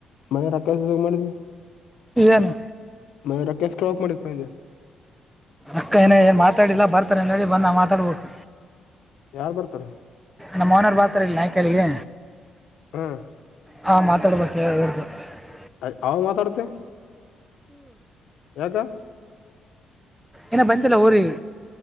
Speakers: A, on the left; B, in the centre.
A: ಮಯ ರೊಕ್ಕ ಏಸು ಜಮಾ ಮಾಡಿದಿ?
B: ಏನು?
A: ಮಯ ರೊಕ್ಕ ಎಷ್ಟು ಕೊಡಬೇಕು ಮಾಡಿದ ಪಾ ಅಂದೆ?
B: ಅಕ್ಕ ಏನ ಏನು ಮಾತಾಡಿಲ್ಲ ಬರ್ತಾರೆ ಅಂತೇಳಿ ಬಂದು ನಾವು ಮಾತಾಡ್ಬೇಕು.
A: ಯಾರ್ ಬರ್ತಾರ?
B: ನಮ್ಮ ಓನರ್ ಬರ್ತಾರ ಇಲ್ಲಿ ನಾಯ್ಕಳಿಗೆ.
A: ಹ್ಮ್.
B: ಹಾ ಮಾತಾಡಬೇಕ <unintelligible>
A: ಅಲ್ಲಿ ಹಾವು ಮಾತಾಡುತ್ತೆ? ಯಾಕ?
B: ಇನಾ ಬಂದಿಲ್ಲ ಊರಿಗೆ.